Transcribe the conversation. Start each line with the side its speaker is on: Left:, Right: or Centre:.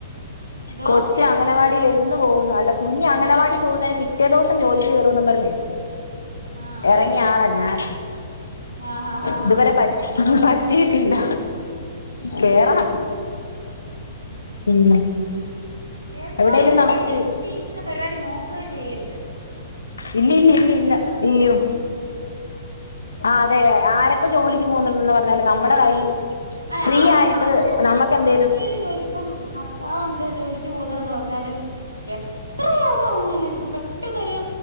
Right: എന്തോ
Left: കൊച്ച് അംഗനവാടിലർന്നു പോകുന്നു അല്ല കുഞ്ഞ് അങ്ങനവാടി പോകുന്നതിന്റെ പിറ്റേ ദിവസം ജോലിക്ക് കയറുന്നും പറഞ്ഞേ
Right: ആഹ്
Left: ഇറങ്ങിയ ആളാ ഞാൻ
Right: ആഹ് ആഹ് ആഹ്
Left: ഇതുവരെ പഠി പറ്റിയിട്ടില്ല
Right: അഹ
Left: കേറണം ഉം
Right: കേറിക്കോണയ്യോ
Left: എവിടെലും നമുക്ക്
Right: വീട്ടിയിരിക്കുന്ന
Left: ജി
Right: പരിപാടി നോക്കുകേ ചെയ്യരുത് ജോലി
Left: ഇല്ല ഇല്ല
Right: ഉണ്ടെങ്കിലല്ലേ
Left: ഇല്ല ഇല്ല
Right: ഉള്ളൂ
Left: അയ്യോ ആ അതെ ആരൊക്കെ ജോലിക്ക് പോകുന്നുണ്ടന്ന് പറഞ്ഞാലും നമ്മുടെ കയ്യിൽ
Right: അത്
Left: ഫ്രീ
Right: ആര്
Left: ആയിട്ട്
Right: ആഹ് അത്
Left: നമുക്ക് എന്തേലും
Right: മറ്റെവര് ജോലിക്ക് ഇപ്പം ഭർത്താവൊണ്ട് ജോലിക്ക് പോവുന്നൊണ്ടന്ന് പറഞ്ഞാലും എത്ര വേഗന്ന് പറഞ്ഞാലും ഇപ്പൊ പെട്ടെന്നൊരു